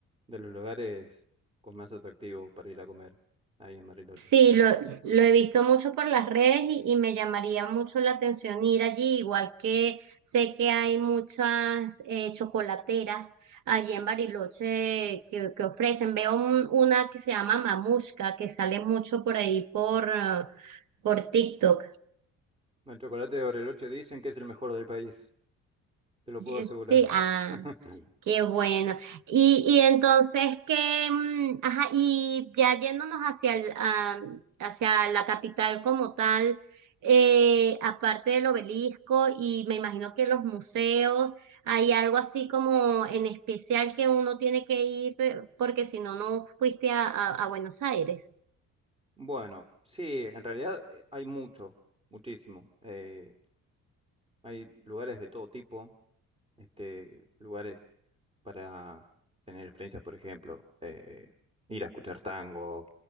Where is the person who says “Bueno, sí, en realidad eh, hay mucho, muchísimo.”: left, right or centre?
Right